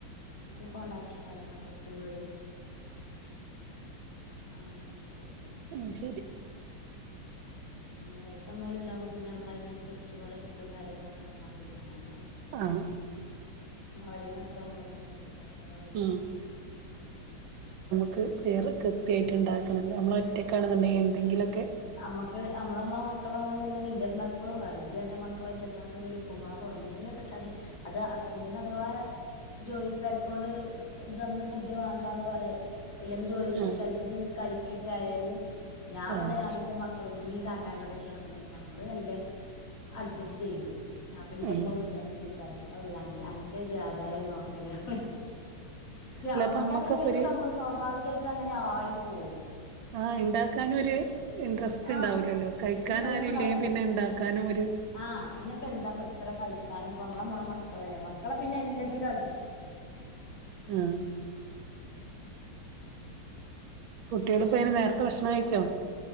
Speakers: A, on the left; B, on the right.
A: ഒരു കോൺട്രാക്റ്റും കാര്യങ്ങളൊക്കെ ഇട്ത്ത വീട് അങ്ങനെ പോക്ണ്ട്
B: ഉം ശരി
A: അങ്ങന വയസ്സന്നോല് ഇണ്ടാവുമ്പോ പിന്നെ നമ്മൾ അതിനനുസരിച്ച് ഓലെ ഫുഡും കാര്യങ്ങളൊക്കെ വന്നാതിരി അങ്ങനെ
B: ആ
A: മാളിനൊത്ത് അമ്മളങ്ങനെ <inaudible> വൈക്ക്
B: ഉം
A: ഇങ്ങനെ
B: ക്ക് പേർ കൃത്യായിട്ട് ഇണ്ടാക്കണം നമ്മൾ ഒറ്റയ്ക്കാണ്ന്ന്ണ്ടങ്കി എന്തെങ്കിലൊക്കെ
A: നമ്മക്ക് നമ്മള് നമ്മളെ മക്കളാണെന്നുണ്ടെങ്കിൽ ഇന്റെട് ഉമ്മ എപ്പളും പറയും ഇജ്ജ് അന്റെ മക്കളൊറ്റക്കാണെങ്കിൽ ഒരു ഉപ്പമാവോ എന്തെങ്കിലൊക്കെട്ടാൽ അത് ഹസ്ബന്റിന് അത് ആ ജോലി തരക്കോണ്ട് ഇത് ഇന്ന് ഫുഡ് വേണ്ടാന്ന് പറയേ ഇല്ലെങ്കി ജോലി
B: ആഹ്
A: സ്ഥലത്ത്ന്ന് കഴിക്കൊക്കെ ആയാല് ഞാൻ ഇവടെ
B: ആഹ്
A: ഞാന് പ്പള് ഇമ്മിം കാക്കാന്റോടെക്കെയണെന്നുണ്ടങ്കി ഞങ്ങള് വെല്ല അഡ്ജസ്റ്റ് ചെയ്യും അപ്പൊ ന്റെമ്മ
B: ഉം
A: വിളിച്ചാണ്ട് ചീത്തറിം അവ് അന്റെ അന്റെ ഒരാധായം നോക്കല് <unintelligible> പക്ഷെ
B: അല്ല
A: നമ്മക്ക്
B: അപ്പൊ അമ്മക്കപ്പൊരു
A: അങ്ങനെയാണ് സംഭവം സ്വാഭാവികായിട്ട് അങ്ങനെ ആയിപ്പോവും
B: ആ ഇണ്ടാക്കാന് ഒരു ഇന്ട്രസ്
A: ആഹ്
B: ഇണ്ടാവൂല്ലല്ലോ കഴിക്കാൻ
A: ഇൻട്രസ്റ്റ്
B: ആരൂല്ലെങ്കിൽ
A: ഉണ്ടാവൂലേ
B: പിന്നെ ഇണ്ടാക്കാനുമൊരു
A: ആഹ് പിന്നെപെന്താപ്പ ഇത്ര കഴിക്കാനും ഇപ്പ നമ്മള് നമ്മളെ മക്കളല്ലേ മക്കളെ പിന്നെ എല്ലാത്തിലും അഡ്ജ്
B: ആ കുട്ടികളിപ്പോ അയിന് നേരത്തെ ഭക്ഷണം കഴിക്കോ